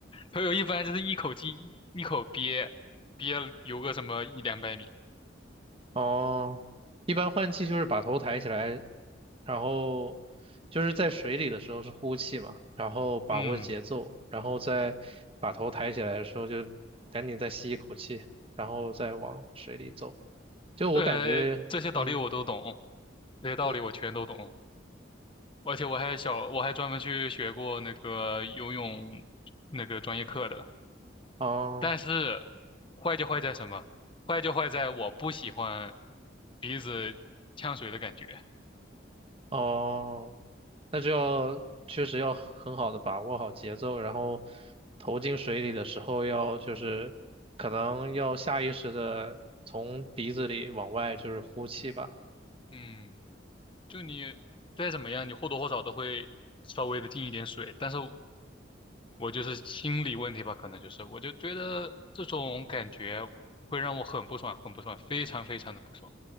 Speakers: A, on the left (about 25°); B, on the right (about 30°).
A: 朋友一般就是一口气一一口憋，憋游个什么一两百米。
B: 哦，一般换气就是把头抬起来，然后就是在水里的时候是呼气嘛，然后把握节奏，
A: 嗯，
B: 然后再把头抬起来的时候就赶紧再吸一口气，然后再往水里走。就我感觉，
A: 呃，这些道理我都懂，
B: 嗯，
A: 这些道理我全都懂，
B: 嗯，
A: 而且我还小，我还专门去学过那个游泳那个专业课的。
B: 哦。
A: 但是坏就坏在什么？坏就坏在我不喜欢鼻子呛水的感觉。
B: 哦，那就要确实要很好的把握好节奏，然后投进水里的时候要就是可能要下意识的从鼻子里往外就是呼气吧，
A: 嗯。就你再怎么样，你或多或少都会稍微的进一点水，但是我就是心理问题吧，可能就是我就觉得这种感觉会让我很不爽，很不爽，非常非常的不爽。